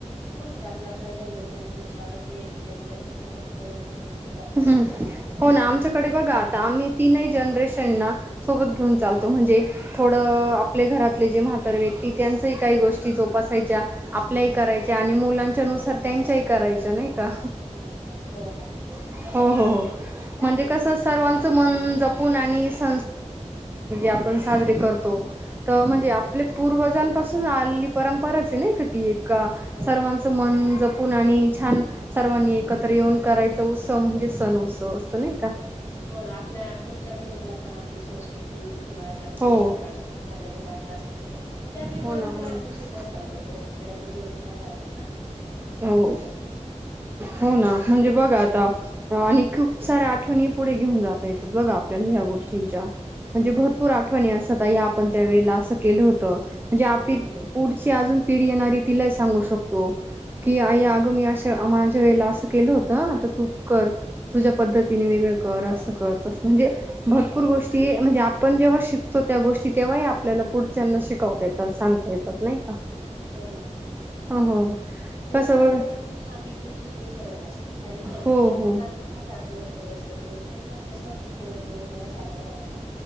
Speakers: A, on the left; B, on the right.
A: हो म्हणजे आपल्या आपल्या जनरेशन नुसार ते त्यांच्या त्यांच हे करून जात
B: ह हो ना आमच्याकडे बघा आता आम्ही तीनही जनरेशन ना सोबत
A: हं.
B: घेऊन चालतो म्हणजे थोड आपले घरातले जे म्हातर व्यक्ती त्यांच काही गोष्टी जोप बसायच्या
A: हां,
B: आपल्याही
A: हां,
B: करायच्या आणि मुलांच्या नुसार त्यांच्याही करायच्या नाही का
A: हा हो ना
B: हो हो हो
A: चांगली
B: म्हणजे
A: गोष्ट
B: कस
A: आहे
B: सर्वांच
A: म्हणजे.
B: मन जपून आणि स आपण साजरी करतो म्हणजे
A: हं,
B: आपले
A: हं.
B: पूर्वजण, पासून आलेली परंपराच आहे नाही का ती एक का
A: हो
B: सर्वांचं
A: ना.
B: मन ज. मुलाने आणि छान सर्वांनी एकत्र येऊन करायचा उत्सव म्हणजे सण. उत्सव असतो
A: हम्म
B: नाही का
A: हम हो ना आपल्या पुढच्या पिढीला पण आपली संस्कृती. किंवा एखाद
B: हो
A: पोशाख असे खाद्य पदार्थ असतील ते, आपली
B: हो
A: परंपरा
B: ना हो
A: आपण
B: ना
A: शिकवत जातो पिढ्या जेवंत पण राहते ना
B: हो
A: नंतर
B: हो ना म्हणजे बघा आता आणि खूप साऱ्या आठवणी पुढे घेऊन जाता येत बघा. आपल्या ह्या
A: हो
B: गोष्टींच्या म्हणजे
A: हा
B: भरपूर आठवणी अस या आपण त्या वेळेला असं केलं होत. म्हणजे आपली
A: हा
B: पुढची अजून पिढी येणारी तिलाही सांगू शकतो की आई
A: हो ना
B: आग मी अशा माझ्या वेळेला असं केलं होतं आ तू कर
A: हम्म,
B: तुझ्या पद्धतीने
A: हम्म,
B: वेगळं कर अस. त म्हणजे भरपूर गोष्टी म्हणजे आपण जेव्हा शिकतो त्या गोष्टी तेव्हा आपल्याला पुढ शिकवता येतात सांगता येतात
A: हम्म.
B: नाही का
A: हो
B: हो. कसं
A: नुकरण
B: बघा
A: आपली पुढची पिढी करत असते काही त्यांच्या
B: हो हो
A: मताच आपलं. थोडस घेऊन तेच तसंच पुढं पुढे पुढं चालवत राहत.